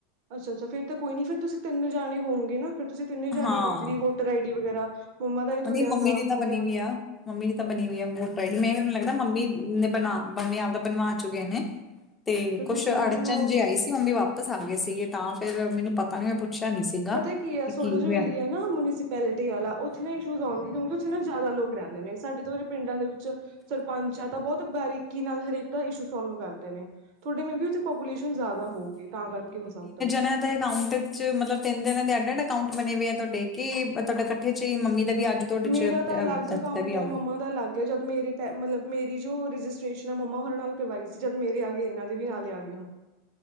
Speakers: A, on the right (about 60°); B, on the left (about 20°).
A: ਅੱਛਾ-ਅੱਛ ਫਿਰ ਕੋਈ ਨ ਫਿਰ ਤੁਸੀ ਤਿੰਨੇ ਜਾਣੇ ਹੋਗੇ ਨਾ ਫਿਰ ਤੁਸੀ ਤਿੰਨੇ ਜਾਣੇ
B: ਹਾਂ,
A: ਆਪਣੀ ਵੋਟਰ ਆਈ ਡੀ ਵਗੈਰਾ ਮੰਮਾ ਦਾ ਹੀ ਤੁਹਾਡਿਆਂ
B: ਨਹੀਂ ਮੰਮੀ
A: ਦਾ
B: ਦੀ ਤਾਂ
A: ਹੋ
B: ਬਣੀ
A: ਗਿਆ
B: ਵੀ ਆ। ਮੰਮੀ ਦੀ ਤਾਂ ਬਣੀ ਹੋਈ ਹੈ ਵੋਟਰ ਆਈਡੀ ਦੀ ਮੈਨੂੰ ਲੱਗਦਾ ਮੰਮੀ ਨੇ ਬਣਾ ਮੰਮੀ ਆਪਦਾ ਬਣਵਾ ਚੁੱਕੇ ਨੇ-
A: <inaudible>
B: ਤੇ ਕੁਛ
A: ਤੁਸੀਂ ਵੀ
B: ਅੜਚਨ
A: ਬਣਵਾਓ
B: ਜੇ ਆਈ ਸੀ ਮੰਮੀ ਵਾਪਸ ਆ ਗਏ ਸੀਗੇ ਤਾਂ ਫੇਰ ਮੈਨੂੰ ਪਤਾ ਨੀ ਮੈ ਪੁੱਛ- ਪੁੱਛਿਆ ਨਹੀਂ ਸੀਗਾ
A: ਪਤਾ ਹੈ ਸੋਡਾ
B: ਕੀ ਹੋਇਆ।
A: ਜੋ ਏਰੀਆ ਨਾ ਮੁਨਸਪੈਲਿਟੀ ਵਾਲਾ- ਉਥੇ ਨਾ ਇਸ਼ੂ ਆਉਣਗੇ ਕਿਉਕਿ ਉਥੇ ਨਾ ਜਿਆਦਾ ਲੋਕ ਰਹਿਦੇ ਨੇ ਸਾਡੇ ਤੋ ਦੇ ਪਿੰਡਾਂ ਦੇ ਵਿਚ- ਸਰਪੰਚ ਆ ਤਾਂ ਬਹੁਤ ਬਾਰੀਕੀ ਨਾਲ ਹਰੇਕ ਦਾ ਇਸ਼ੂ ਸੋਲਵ ਕਰਦੇ ਨੇ- ਤੁਹਾਡੇ ਮੇਬੀ ਉਥੇ ਪਾਪੂਲੇਸ਼ਨ ਜ਼ਿਆਦਾ ਹੋ ਗਈ ਤਾਂ ਕਰਕੇ ਹੋ ਸਕਦਾ
B: ਨਾਂ ਦੇ ਅਕਾਊਂਟ ਚ ਮਤਲਬ ਤਿੰਨ ਦਿਨਾਂ ਦੇ ਐੱਡ ਐੱਡ ਅਕਾਊਂਟ ਬਣੇ ਹੋਏ ਆ ਤੁਹਾਡੇ ਕਿ ਤੁਹਾਡੇ ਇਕੱਠੇ ਚ ਹੀ ਮੰਮੀ ਦਾ ਵੀ ਅੱਜ ਤੁਹਾਡੇ ਚ
A: ਮੇਰਾ
B: ਅਹ,
A: ਤਾਂ ਅਲੱਗ
B: ਦਾਦੀ
A: ਅਕਾਊਂਟ
B: ਦਾ ਵੀ ਆਊ।
A: ਹੈ ਮੰਮਾ ਦਾ ਅਲੱਗ ਜਦ ਮੇਰੇ ਪੈ ਮਤਲਬ ਮੇਰੀ ਜੋ ਰਜਿਸਟ੍ਰੇਸ਼ਨ ਆ ਮੰਮਾ ਹੋਰਾਂ ਨਾਲ ਕਰਵਾਈ ਸੀ ਜਦ ਮੇਰੇ ਆ ਗਏ ਇਹਨਾਂ ਦੇ ਵੀ ਨਾਲੇ ਆ ਗਏ ਹੁਣ